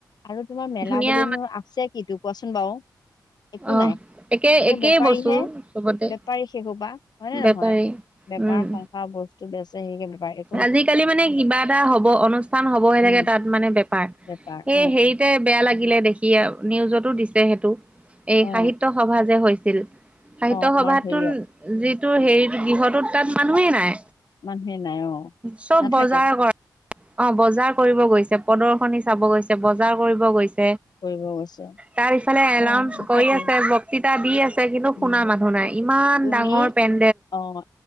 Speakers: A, on the left; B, on the right.
A: আৰু তোমাৰ মেলা
B: ধুনীয়া
A: বুলিনো আছে কিটো, কোৱাচোন বাৰু। একো
B: আহ,
A: নাই
B: একে
A: সেই
B: একেই
A: বেপাৰীহে
B: বস্তু। চবতে
A: বেপাৰী সেষোপা হয় নে
B: বেপাৰী
A: নহয়। বেপাৰ
B: উম
A: সংসাৰ বস্তু বেচে সে বেপাৰী।
B: আজিকালি মানে কিবা এটা হ'ব অনুষ্ঠান হ'বহে
A: উম
B: থাকে তাত মানে বেপাৰ।
A: বেপাৰ
B: এই
A: অ
B: হেৰিতে বেয়া লাগিলে দেখি আৰু। নিউজতো দিছে সেইটো এই
A: অ
B: সাহিত্য সভা যে হৈছিল সাহিত্য
A: অ আমাৰ
B: সভাতো
A: হেৰিয়াত
B: যিটো হেৰি গৃহটোত তাত মানুহেই নাই
A: মানুহে নাই, অ'।
B: চব
A: নাথাকে
B: বজাৰ কৰে, অ', বজাৰ কৰি গৈছে প্ৰদৰ্শনী চাব গৈছে, বজাৰ কৰিব গৈছে।
A: কৰিব গৈছে।
B: তাত ইফালে এলাউনৰ্চ
A: অ নাথাকেই
B: কৰি আছে, বক্তৃতা দি আছে কিন্তু শুনা
A: উম
B: মানুহ নাই ইমান
A: তুমি
B: ডাঙৰ পেণ্ট
A: অ',